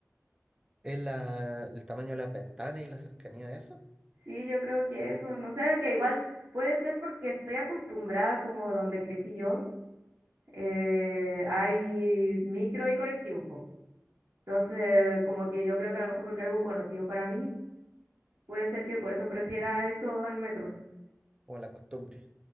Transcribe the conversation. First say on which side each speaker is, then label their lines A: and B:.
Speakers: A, on the right; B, on the right.
A: Es la- el tamaño de las ventanas y la cercanía de eso,
B: Sí, yo creo que eso, no sé, que igual puede ser porque estoy acostumbrada como donde crecí yo eh, hay micro y colectivos, po. Entonces, como que yo creo que a lo mejor porque algo conocido para mí, puede ser que por eso prefiera eso al metro.
A: o la costumbre.